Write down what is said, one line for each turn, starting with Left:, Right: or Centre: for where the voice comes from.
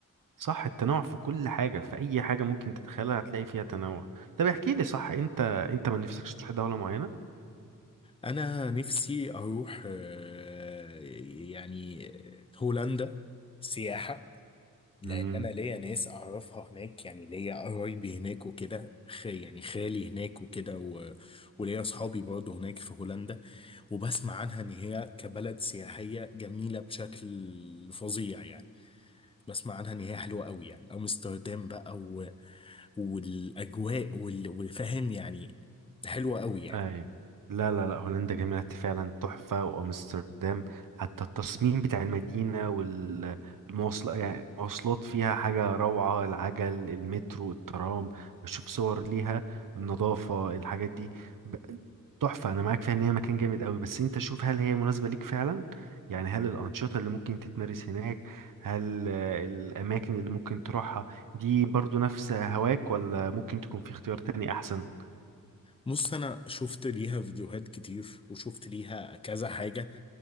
Right: صح التنوع في كل حاجة في أي حاجة ممكن تتخيلها هتلاقي فيها تنوع طب احكي لي صح أنت أنت ما نفسكش تروح دولة معينة؟
Left: انا نفسي اروح آه، يعني آه، هولندا سياحة لان
Right: مم.
Left: انا ليا ناس اعرفها هناك يعني ليا قرايبي هناك وكده خي يعني خالي هناك وكده و- وليا اصحابي برضه هناك في هولندا وبسمع عنها ان هي كبلد سياحية جميلة بشكل فظيع يعني بسمع عنها ان هي حلوة قوي يعني امستردام بقى و- والاجواء وال- وفاهم يعني حلوة قوي يعني
Right: ايوه لا لا لا هولندا جميلة فعلا تحفة وأمستردام حتى التصميم بتاع المدينة والمواصلات يعني المواصلات فيها حاجة روعة العجل المترو الترام بشوف صور ليها النظافة الحاجات دي ب- تحفة أنا معاك فيها إن هي مكان جامد قوي بس أنت شوف هل هي مناسبة ليك فعلا يعني هل الأنشطة اللي ممكن تتمارس هناك هل آه، الأماكن اللي ممكن تروحها دي برضو نفس هواك ولا ممكن تكون في اختيار تاني أحسن؟
Left: بص انا شفت ليها فيديوهات كتير وشفت ليها كذا حاجة